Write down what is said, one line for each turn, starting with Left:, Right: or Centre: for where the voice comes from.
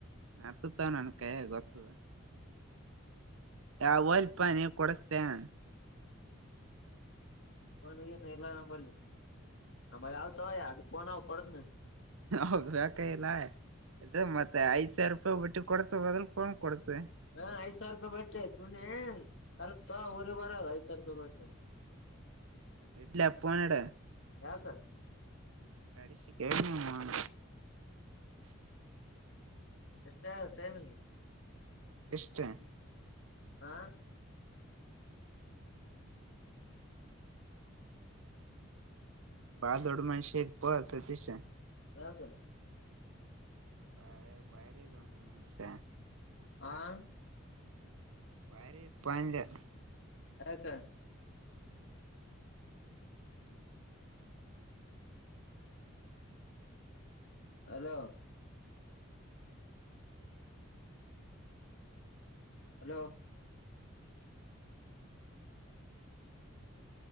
Right: ಹತ್ತತಾವ ನನ್ ಕೈಯ ಗೊತ್ತದ <inaudible> ಯಾವ ಅಲ್ಪ ನೀ ಕೊಡಸ್ತೇ <inaudible>
Left: ನ್ ಇ ಎಲ್ಲ ನಂಬ ನಂಬ ಅವತ ಆಯಫೋನ್ ಅವ ಕೊಡತ್ <inaudible>
Right: ಹೌ ಹ ಕ ಎಲ್ಲಾಯ <inaudible> ಇ ಮತ್ತತ್ ಐಸಾವಿರ ರೂಪಾಯಿ ಬಿಟ್ಟಿ ಕೊಡ್ಸ ಬದಲ್ಕಕೋ ಡ್ ಕೊಡ್ಸ <inaudible>
Left: ಹ ಐದ ಸಾವಿರ ರೂಪಾಯಿ ಬಟ್ಟೆ ತುನನೆ ಕರಂತರ ಬಾರ ಐ್ಾವರ ರೂಪಾಯಿ ಬಟ್ಟೆ <inaudible>
Right: ಹ <inaudible> ಇಡ್ಲ್ಲಪ್ಪನ ಎಡ
Left: ಯಾಕ
Right: ಅಸಿ ಕ <inaudible>
Left: ಎಷ್ಟ ಟೈಮಿಂಗ್ <inaudible>
Right: ಇಷ್ಟೇ <inaudible>
Left: ಆಾ <inaudible>
Right: ಭಾದಡ ಮ ಶೇಜ ಪಸತಿಸ <inaudible>
Left: ಹ ಸ <inaudible>
Right: ಹಾ ಬೈರೆದು ನೀ ಮನಷ <inaudible>
Left: ಹಾ <inaudible>
Right: ಬಾರಿ ಪಾಯಂದ <inaudible>
Left: ಹಕ <inaudible> ಅಲೋ <inaudible> ಹಲೋ